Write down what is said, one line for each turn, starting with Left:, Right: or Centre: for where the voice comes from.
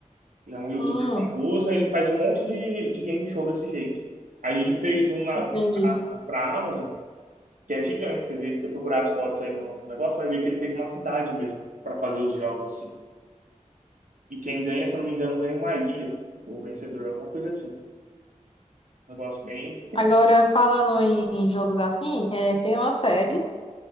Right: Ele é um youtuber
Left: Hum,
Right: famoso, aí ele faz um monte de, de game show desse jeito. Aí ele fez um na,
Left: entendi.
Right: pra, pra Amazon, que é gigante. Você vê, você procurar as fotos aí no negócio, vai ver que ele fez uma cidade mesmo pra fazer os jogos assim. E quem ganha, se eu não me engano, ganha uma ilha. O vencedor, alguma coisa assim. Um Negócio bem.
Left: Agora, falando em, em jogos assim, é, tem uma série